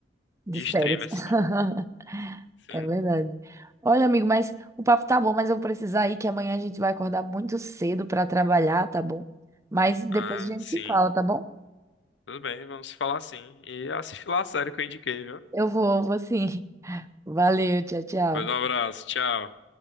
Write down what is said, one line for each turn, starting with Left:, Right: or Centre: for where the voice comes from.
Right: de
Left: de
Right: séries.
Left: streamers.
Right: <laughs>
Left: Sim.
Right: É verdade. Olha, amigo, mas o papo tá bom, mas eu vou precisar ir, que amanhã a gente vai acordar muito cedo pra trabalhar, tá bom? Mas depois
Left: Ah,
Right: a gente
Left: sim.
Right: se fala, tá bom?
Left: Tudo bem, vamos falar sim. E assiste lá a série que eu indiquei, viu?
Right: Eu vou, vou sim. <laughs> Valeu, tchau, tchau.
Left: Pois um abraço, tchau.